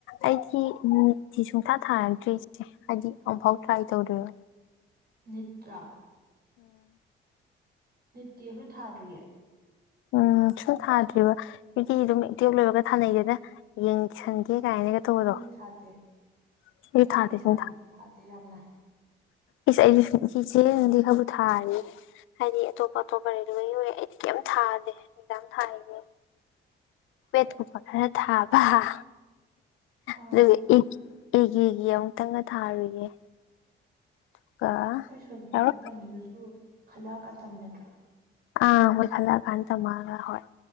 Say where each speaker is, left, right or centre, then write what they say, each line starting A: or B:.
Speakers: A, on the left; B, on the right.
A: ꯑꯩꯗꯤ ꯅꯤꯠꯇꯤ ꯁꯨꯡꯊꯥ ꯊꯥꯔꯛꯇ꯭ꯔꯤ ꯏꯆꯦ ꯍꯥꯏꯗꯤ ꯑꯝꯐꯥꯎ ꯇ꯭ꯔꯥꯏ ꯇꯧꯗ꯭ꯔꯤꯌꯦꯕ
B: ꯅꯤꯠ ꯂꯣ ꯅꯤꯠꯇꯤ ꯑꯩꯁꯨ ꯊꯥꯗ꯭ꯔꯤꯌꯦ
A: ꯎꯨꯝ ꯁꯨꯝ ꯊꯥꯗ꯭ꯔꯤꯕ ꯃꯤꯗꯤ ꯑꯗꯨꯝ ꯇꯨꯌꯦꯜꯄ ꯂꯣꯏꯕꯒ ꯊꯥꯅꯩꯗꯅ ꯌꯦꯡꯁꯟꯒꯦ ꯀꯥꯏꯅꯒ ꯇꯧꯕꯗꯣ
B: ꯑꯩꯗꯤ ꯊꯥꯗꯦ
A: ꯑꯩꯁꯨ
B: ꯑꯩꯗꯤ
A: ꯊꯥꯗꯦ
B: ꯑꯦꯛꯖꯥꯝ
A: ꯁꯨꯡꯊꯥ
B: ꯊꯥꯗꯦ ꯌꯥꯝꯅ
A: ꯏꯁ ꯑꯩꯗꯤ ꯁꯨꯡ ꯏꯆꯦꯕꯨꯗꯤ ꯈꯔꯕꯨ ꯊꯥꯔꯤꯌꯦ ꯍꯥꯏꯗꯤ ꯑꯇꯣꯞ-ꯑꯇꯣꯞꯄ ꯔꯦꯜꯋꯦꯒꯤ ꯑꯣꯏꯒꯦꯔ ꯑꯩꯗꯤ ꯀꯩꯝ ꯊꯥꯗꯦ ꯑꯦꯖꯥꯝ ꯊꯥꯏꯁꯦ ꯀꯋꯦꯠ ꯀꯨꯝꯕ ꯈꯔ ꯊꯥꯕ ꯍ
B: ꯑꯥ
A: ꯑꯗꯨꯒ ꯏꯛ- ꯑꯦꯒ꯭ꯔꯤꯒꯤ ꯑꯃꯨꯛꯇꯡꯒ ꯊꯥꯔꯨꯏꯒꯦ <inaudible> <inaudible>
B: ꯅꯣꯏ ꯁꯣꯅꯤꯌꯥꯒꯤ
A: ꯌꯥꯔꯣ
B: ꯇꯝꯃꯤꯗꯨꯁꯨ ꯈꯜꯂꯛꯑꯀꯥꯟ ꯇꯝꯃꯤ ꯅꯠꯇ꯭ꯔꯣ
A: ꯑꯥ-ꯃꯣꯏ ꯈꯜꯂꯛꯑꯀꯥꯟ ꯇꯝꯕ ꯍꯣꯏ